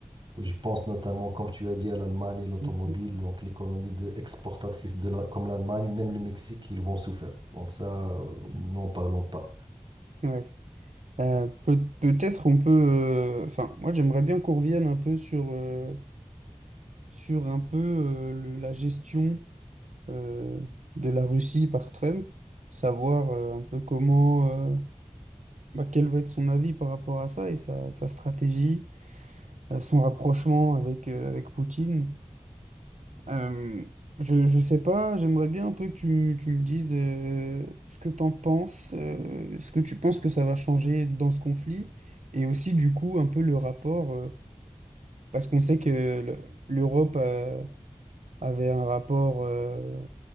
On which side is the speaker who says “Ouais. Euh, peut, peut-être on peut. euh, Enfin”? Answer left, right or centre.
Right